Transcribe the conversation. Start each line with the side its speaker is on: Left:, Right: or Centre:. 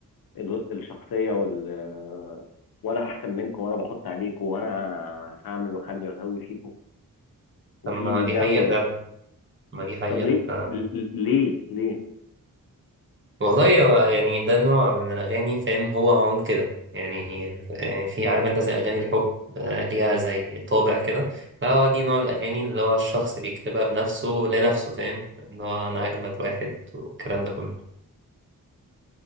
Left: ال... الشخصية وال آه، وانا احسن منكم وانا بحط عليكم وانا هعمل واخلي واسوي فيكم وفي
Right: أما
Left: الجو
Right: دي حقيقة فعلا
Left: ده
Right: أما دي حقيقة
Left: طب ليه
Right: أنت
Left: ل- ل- ليه ليه
Right: والله هو يعني ده نوع من الأغاني فاهم هو معمول كده يعني يعني في عارف أنت زي أغاني الحب آه، ليها زي طابع كده لا هو دي نوع الأغاني اللي هو الشخص بيكتبها بنفسه لنفسه فاهم إن هو أنا أجمد واحد والكلام ده كله